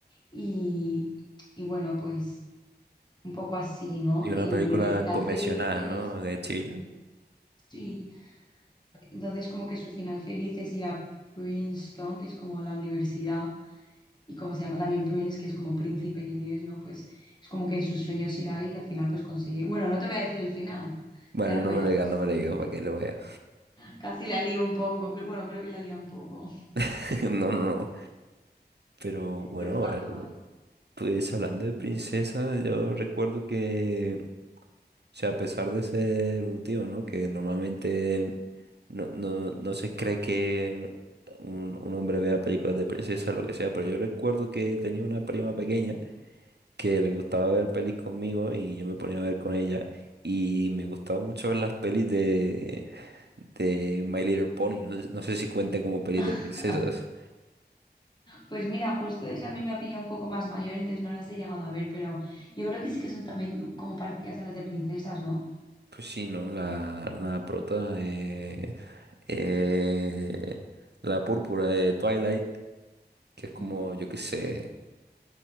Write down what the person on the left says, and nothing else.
y, y bueno, pues un poco así, ¿no?
Y
el final
feliz es,
sí, entonces como que su final feliz es ir a Princeton, que es como la universidad y como se llama también Prince, que es como príncipe en inglés, ¿no? Pues es como que sus sueños irá ahí y al final pues consigue. Bueno, no te voy a decir el final,
ya lo
verás.
Casi la lío un poco, cre- bueno, creo que la lío un poco,
pero está
muy guay.
<laughs>
Pues mira, justo esa a mí me ha pillado un poco más mayor, entonces no las he llegado a ver, pero yo creo que sí que son también como parecidas a las de princesas, ¿no?
Mm.